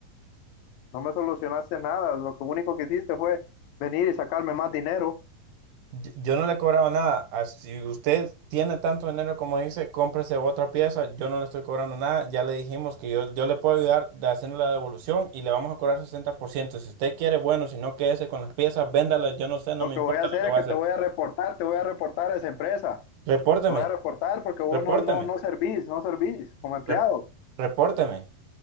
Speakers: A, on the left; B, on the right.
A: no me solucionaste nada. Lo que único que hiciste fue venir y sacarme más dinero.
B: Yo yo no le he cobrado nada. Ah, Si usted tiene tanto dinero como dice, cómprese otra pieza. Yo no le estoy cobrando nada. Ya le dijimos que yo, yo le puedo ayudar de haciendo la devolución y le vamos a cobrar 60%. Si usted quiere, bueno, si no, quédese con las piezas, véndalas. Yo no sé, no
A: Lo
B: me
A: que
B: importa
A: voy a hacer
B: lo que
A: es
B: va
A: que
B: a hacer.
A: te voy a reportar, te voy a reportar a esa empresa.
B: Repórteme,
A: Te voy a reportar porque vos
B: repórteme,
A: no, no, no servís, no servís como empleado.
B: re- repórteme.